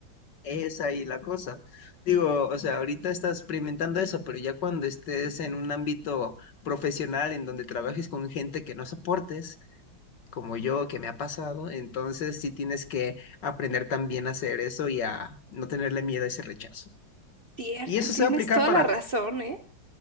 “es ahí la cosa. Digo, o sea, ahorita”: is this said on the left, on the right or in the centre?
Left